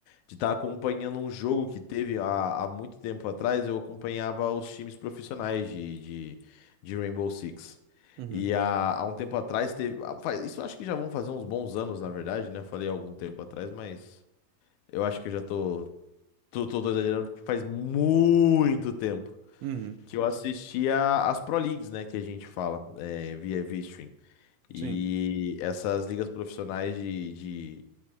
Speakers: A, on the left; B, on the right.
A: de estar acompanhando um jogo que teve há, há muito tempo atrás. Eu acompanhava os times profissionais de, de, de Rainbow Six.
B: Uhum.
A: E há, há um tempo atrás teve. ah, faz- Isso acho que já vão fazer uns bons anos, na verdade, né? Falei há algum tempo atrás, mas. Eu acho que eu já tô, tô, tô, tô exagerando porque faz muito tempo
B: Uhum.
A: que eu assistia as Pro Leagues, né, que a gente fala, é, via via stream.
B: Sim,
A: E essas ligas profissionais de,